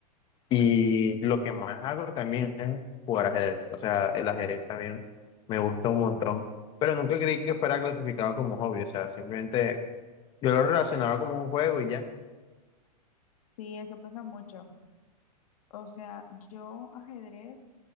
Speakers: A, on the left; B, on the left.
A: Y lo que más hago también es jugar ajedrez. O sea, el ajedrez también me gusta un montón. Pero nunca creí que fuera clasificado como hobby. O sea, simplemente yo lo relacionaba como un juego y ya.
B: Sí, eso pasa mucho. O sea, yo ajedrez